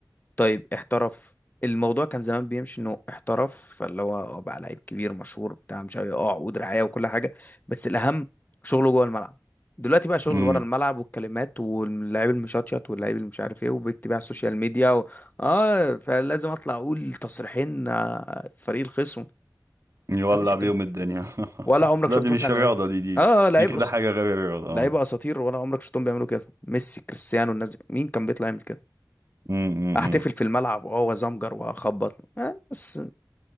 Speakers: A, on the left; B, on the right.
A: طيب احترف الموضوع كان زمان بيمشي انه احترف فاللي هو آه، بقى لعيب كبير مشهور بتاع مش عارف إيه، اه عقود رعايه وكل حاجه بس الاهم شغله جوه الملعب دلوقتي بقى شغل
B: امم
A: ورا الملعب والكلمات واللاعب المشطشط واللاعب اللي مش عارف ايه وبيكتب على السوشيال ميديا و... اه فلازم اطلع اقول تصريحين آه، فريق الخصم
B: يولع
A: مفيش الكلام
B: بيهم الدنيا <laughs>
A: ولا عمرك
B: لا
A: شفت
B: دي مش
A: مثلا
B: رياضة
A: لعيب
B: دي دي
A: اه آه، لعيب
B: دي كده
A: أس...
B: حاجة غير الرياضة
A: لعيبه
B: اه
A: اساطير ولا عمرك شفتهم بيعملوا كده ميسي كريستيانو الناس دي مين كان بيطلع يعمل كده
B: امم
A: احتفل في الملعب واه وازمجر واخبط آه بس